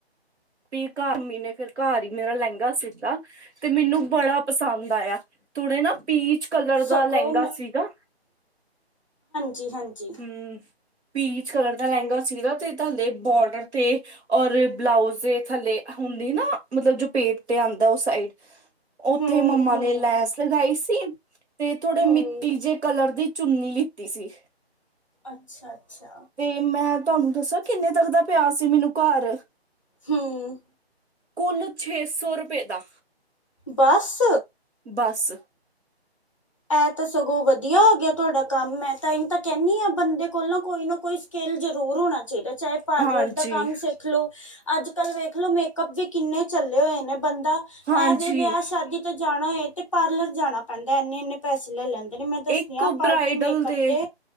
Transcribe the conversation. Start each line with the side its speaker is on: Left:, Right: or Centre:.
Right: ਮੰਮੀ ਨੇ ਫਿਰ ਘਰ ਹੀ ਮੇਰਾ ਲਹਿੰਗਾ ਸੀਤਾ ਤੇ ਮੈਨੂੰ ਬੜਾ ਪਸੰਦ ਆਇਆ ਥੋੜੇ ਨਾ ਪੀਚ ਕਲਰ
Left: ਸਗੋਂ
Right: ਦਾ ਲਹਿੰਗਾ
Left: ਮੈਂ
Right: ਸੀਗਾ
Left: ਜੀ ਹਾਂਜੀ
Right: ਹਮ ਪੀਚ ਕਲਰ ਦਾ ਲਹਿੰਗਾ ਸੀਗਾ ਤੁਹਾ ਬੋਰਡਰ ਤੇ ਔਰ ਬਲਾਊਜ ਦੇ ਥੱਲੇ ਹੁੰਦੀ ਨਾ ਮਤਲਬ ਜੋ ਪੇਟ ਤੇ ਆਂ ਉਹ ਸਾਈਡ ਉੱਥੇ
Left: ਹੂੰ
Right: ਮੰਮਾ
Left: ਹੂੰ
Right: ਨੇ ਲੈਸ ਲਗਾਈ ਸੀ ਤੇ ਥੋੜੇ
Left: ਹੂੰ
Right: ਮਿੱਟੀ ਜਿਹੇ ਕਲਰ ਦੀ ਚੁੰਨੀ ਲ ਤੀਸੀ
Left: ਅੱਛਾ ਅੱਛਾ
Right: ਤੇ ਮੈਂ ਤੁਹਾਨੂੰ ਦੱਸਾਂ ਕਿ ਕਿੰਨੇ ਤਕ ਦਾ ਪਿਆ ਸੀ ਮੈਨੂੰ ਘਰ
Left: ਹੂੰ
Right: ਕੁੱਲ ਛੇ ਸੌ ਰੁਪਏ ਦਾ
Left: ਬਸ
Right: ਬਸ
Left: ਐ ਤਾਂ ਸਗੋਂ ਵਧੀਆ ਹੋ ਗਿਆ ਤੁਹਾਡਾ ਕੰਮ ਮੈਂ ਤਾਂਹੀ ਤਾਂ ਕਹਿੰਨੀ ਆ ਬੰਦੇ ਕੋਲ ਨਾ ਕੋਈ ਨਾ ਕੋਈ ਸਕਿੱਲ ਜ ਹੋਰ ਹੋਣਾ ਚਾਹੀਦਾ ਚਾਹੇ ਪਾਰਲਰ
Right: ਹਾਂਜੀ
Left: ਦਾ ਕੰਮ ਸਿੱਖ ਲਓ ਅੱਜ ਕੱਲ ਵੇਖਲੋ ਮੇਕਅਪ ਵੀ ਕਿੰਨੇ ਚੱਲੇ ਹੋਏ ਨੇ ਬੰਦਾ
Right: ਹਾਂਜੀ
Left: ਐਵੇ ਵਿਆਹ ਸ਼ਾਦੀ ਤੇ ਜਾਣਾਏ ਤੇ ਪਾਰਲਰ ਜਾਣਾ ਪੈਂਦਾ ਇੰਨੇ ਇੰਨੇ ਪੈਸ ਲੈ ਲੈੈਂਦੇ ਨੇ ਮੈਂ ਦੱਸਣੀ
Right: ਇੱਕ
Left: ਆ ਪਾਰਟੀ
Right: ਬਰਾਈਡਲ
Left: ਮੇਕਅੱਪ
Right: ਦੇ
Left: ਤੇ